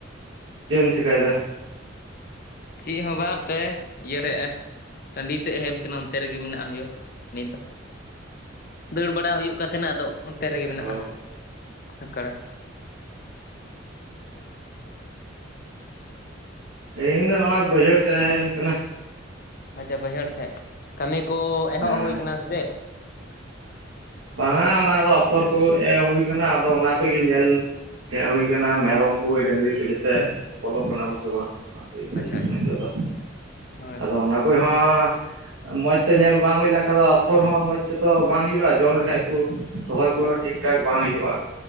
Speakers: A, on the right; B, on the left.
A: ᱪᱮᱫ ᱮᱢ ᱪᱤᱠᱟᱭ ᱫᱟ?
B: ᱪᱮᱫ ᱦᱚᱸ ᱵᱟᱝ ᱮᱱᱛᱮ ᱤᱭᱟᱹᱭᱮᱫᱼᱟ ᱴᱟᱺᱰᱤ ᱥᱮᱫ ᱦᱮᱡ ᱠᱟᱱᱟ ᱚᱱᱛᱮ ᱨᱮᱜᱮ ᱢᱮᱱᱟᱜ ᱦᱩᱭᱩᱜᱼᱟ ᱱᱤᱛ ᱫᱚ ᱫᱟᱹᱲ ᱵᱟᱲᱟ ᱦᱩᱭᱩᱜ ᱠᱟᱱ ᱛᱟᱦᱮᱱᱟ ᱟᱫᱚ ᱚᱱᱛᱮ ᱨᱮᱜᱮ
A: ᱚ
B: ᱢᱮᱱᱟᱜᱼᱟ ᱟᱠᱲᱟ
A: ᱚ ᱤᱧ ᱫᱚ ᱱᱚᱜᱼᱚᱭ ᱵᱟᱹᱭᱦᱟᱹᱲ ᱥᱮᱫ ᱦᱮᱡ ᱦᱩᱭ ᱠᱟᱱᱟ
B: ᱟᱪᱪᱷᱟ ᱵᱟᱹᱭᱦᱟᱹᱲ ᱥᱮᱫ ᱠᱟᱹᱢᱤ ᱠᱚ ᱮᱦᱚᱵ
A: ᱦᱮᱸ
B: ᱦᱩᱭ ᱟᱠᱟᱱᱟ ᱥᱮ ᱪᱮᱫ?
A: ᱵᱟᱝ ᱟ ᱚᱱᱟ ᱫᱚ ᱚᱯᱷᱚᱨ ᱠᱚᱜᱮ ᱮ ᱦᱩᱭ ᱠᱟᱱᱟ ᱟᱫᱚ ᱚᱱᱟ ᱠᱚᱜᱮ ᱧᱮᱞ ᱦᱮᱡ ᱦᱩᱭ ᱟᱠᱟᱱᱟ ᱢᱮᱨᱚᱢ ᱠᱚ ᱰᱟᱹᱝᱨᱤ ᱠᱚ ᱡᱟᱛᱮ ᱵᱚᱞᱚᱜ ᱠᱟᱱᱟ ᱠᱚ ᱥᱮ ᱵᱟᱝ ᱚᱱᱟ ᱠᱚ ᱧᱮᱞ
B: ᱟᱪᱪᱷᱟ
A: ᱦᱩᱭᱩᱜ ᱠᱟᱱᱟ
B: ᱟᱪᱪᱷᱟ
A: ᱱᱤᱛᱚᱜ ᱫᱚ
B: ᱦᱳᱭ
A: ᱟᱫᱚ
B: ᱦᱳᱭ
A: ᱚᱱᱟ ᱠᱚ ᱯᱚᱭ ᱦᱚᱸ ᱢᱚᱸᱡᱽ ᱛᱮ ᱧᱮᱞ ᱵᱟᱝ ᱦᱩᱭ ᱞᱮᱱᱠᱷᱟᱱ ᱫᱚ ᱟᱯᱷᱚᱨ ᱦᱚᱸ ᱢᱚᱡᱽ ᱛᱮᱛᱚ ᱵᱟᱝ ᱦᱩᱭᱩᱜᱼᱟ ᱡᱚᱢ ᱞᱮᱠᱼᱼ ᱠᱷᱟᱡ ᱠᱚ ᱨᱚᱦᱚᱭ ᱠᱚ ᱴᱷᱤᱠ ᱴᱷᱟᱠ ᱵᱟᱝ ᱦᱩᱭᱩᱜᱼᱟ